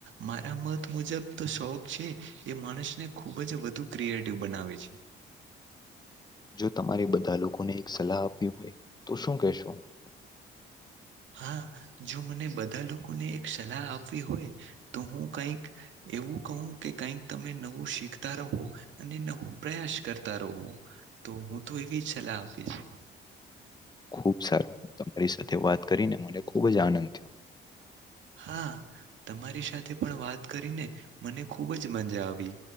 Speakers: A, on the right; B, on the left.
A: મારા મત મુજબ તો શોખ છે એ માણસને ખુબ જ વધુ ક્રિ એટિવ બનાવે છે.
B: જો તમારે બધા લોકોને એક સલાહ આપવી હોય તો શું કેશો?
A: હા જો મને બધા લોકોને એક સલા આપવી હોય તો હું કઈક એવું કહું કે કઈક તમે નઉ વુ શીખતા રહો અને નવું પ્રયાસ કરતા રહો, તો હું તો એવી જ સલાહ આપીશ.
B: ખુબ સારું તમારી સાથે વાત કરીને મને ખુબ જ આનંદ થયો.
A: હા તમારી સાથે પણ વાત કરીને મને ખૂબ જ મજા આવી.